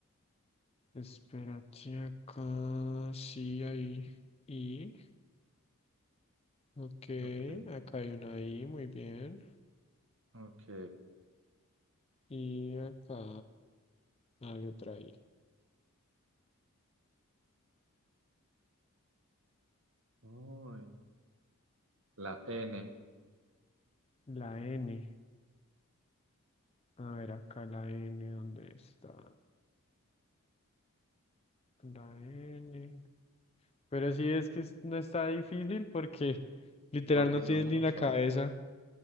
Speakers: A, on the left; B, on the right.
A: espérate acá. Sí, ahí. I. Ok,
B: Ok.
A: acá hay una I, muy bien.
B: Ok.
A: Y acá hay otra I.
B: Uy. La N.
A: La N. A ver, acá la N, ¿dónde está? La N. Pero sí es que es- no está difícil porque literal
B: Porque
A: no tienes
B: son muchas.
A: ni la cabeza.